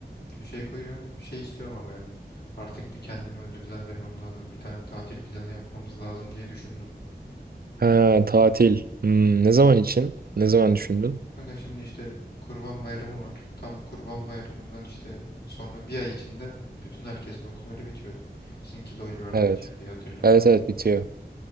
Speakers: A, on the left (about 70°); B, on the right (about 60°).
A: Köşeye koyuyorum. Şey istiyorum ama yani. Artık bir kendimi ödüllendirmem lazım. Bir tane tatil planı yapmamız lazım diye düşündüm.
B: Ha, tatil. Hmm, ne zaman için? Ne zaman düşündün?
A: Kanka şimdi işte Kurban Bayramı var. Tam Kurban Bayramı'ndan işte sonra bir ay içinde bütün herkesin okulları bitiyor. Sizinki de o civarda
B: Evet.
A: bitiyor diye hatırlıyorum.
B: Evet evet bitiyor.